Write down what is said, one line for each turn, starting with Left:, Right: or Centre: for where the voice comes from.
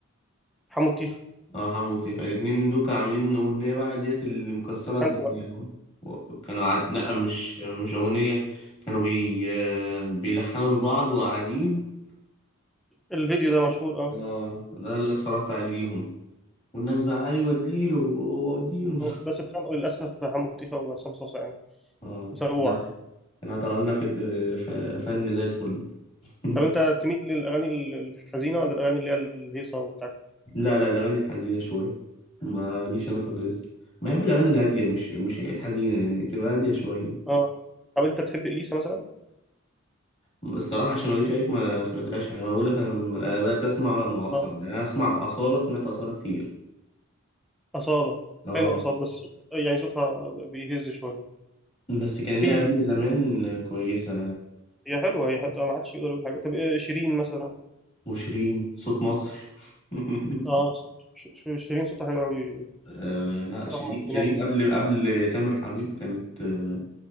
Centre: حمو الطيخه
Left: اه حمو وطيخة الاتنين دول كانوا عاملين أغنية بقى ديت اللي مكسرة الدنيا
Centre: خانقوا بقى
Left: كانوا عاد... لأ مش مش أغنية كانوا بي... آه، بيلحنوا لبعض وقاعدين
Centre: الفيديو ده مشهور اه
Left: اه ده اللي اتفرجت عليهم والناس بقى أيوة اديله هو اديله
Centre: هو- بس اتخانقوا للاسف حمو الطيخه وعصام صوصه يعني
Left: اه
Centre: وسابوه
Left: لا
Centre: بعض.
Left: كانوا طلع لنا في... ف- فن زي الفل <laughs>
Centre: طب انت تميل للاغاني ال- الحزينه ولا الاغاني اللي هي الهيصه وبتاع
Left: لا لا الأغاني الحزينة شوية ماليش أنا في الريس بحب الأغاني الهادية مش مش حاجات حزينة يعني تبقى هادية شوية
Centre: اه طب انت تحب اليسا مثلا
Left: الصراحة عشان ما اجيش عليك ما سمعتلاش حاجة انا بقول لك انا أنا بدأت اسمع مؤخرا
Centre: اه
Left: يعني انا اسمع أصالة سمعت أصالة كتير
Centre: اصاله
Left: اه
Centre: حلو اصاله بس صوت يعني صوتها بيهز شويه
Left: بس كان
Centre: في
Left: ليها اغاني زمان كويسة
Centre: هي حلوه هي حلوة، ما حدش يقدر يقول حاجه طب آه، شيرين مثلا
Left: وشيرين صوت مصر <laughs>
Centre: اه ش- ش- شيرين صوتها حلو قوي
Left: آه لا
Centre: برغم
Left: شيرين
Centre: الجنان
Left: شيرين
Centre: يعني
Left: قبل قبل تامر حبيب كانت آه،